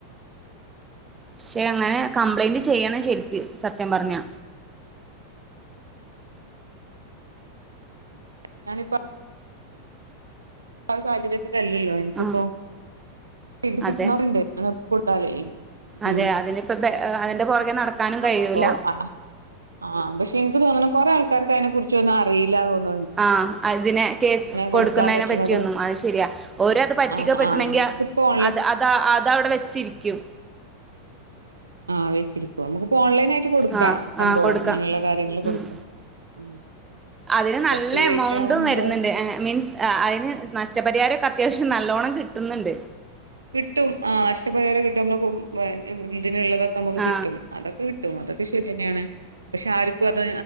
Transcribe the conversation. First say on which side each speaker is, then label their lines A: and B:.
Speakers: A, on the right (about 15°); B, on the right (about 80°).
A: പക്ഷേ അങ്ങനെ കംപ്ലയിന്റ് ചെയ്യണം ശരിക്ക് സത്യം പറഞ്ഞാ
B: ഞാനിപ്പ സംസാരിച്ചിട്ട് ല്ലല്ലോ എനിക്കിപ്പോ
A: ആ
B: ഇത് കിട്ടണന്നുണ്ട്
A: അതെ
B: കൂട്ടാലേ
A: അതെ
B: ഉം
A: <unintelligible> നടക്കാനും കഴിയൂല
B: അപ്പൊ ആ ആഹ് പക്ഷെ ഇന്ക് തോന്ന് ണ് കൊറേ ആൾക്കാര് ഇക്കയിനെ കുറിച്ചൊന്നുഅറീല തോന്ന്
A: ആ അതിനെ കേസ് കൊടുക്കുന്നതിനെ
B: കൊടുക്കാൻ പറ്റണതും
A: പറ്റിയൊന്നും അത് ശരിയാ ഓര അത് പറ്റിക്കപ്പെെട്ടണെങ്കിൽ
B: ആ ആ നമുക്കിപ്പോ ഓൺലൈൻ
A: അത് അതാ അതവിടെ വെച്ചിരിക്കും
B: ആഹ വെച്ചിരിക്കു നമുക്കിപ്പോ ഓൺലൈൻ ആയിട്ട് കൊടുക്കാം
A: ആ
B: സംഭവം
A: ആ കൊടുക്കാം
B: അങ്ങനെയുള്ള കാര്യങ്ങൾ കൊടുക്ക
A: ഉം
B: ഉം
A: അതിന് നല്ല
B: കൊറച്ച് ലേറ്റ്
A: എമൗണ്ടും
B: ആവുന്നുള്ള
A: വരുന്നുണ്ട് ഏ മീൻസ് അതിന് നഷ്ടപരിഹാരം അത്യാവശ്യം നല്ലോണം കിട്ടുന്നുണ്ട്
B: കിട്ടും ആ് അഷ്ടപരിഹാരം കിട്ടുമ്പോ കൊട്ക്കു <unintelligible> <unintelligible> ഇതിനുള്ളതൊക്കെ അമക്ക്
A: ആ
B: കിട്ടും അതൊക്കെ കി കിട്ടും അതൊക്കെ ശരിയെന്നേണ് പക്ഷെ ആർക്കും അത്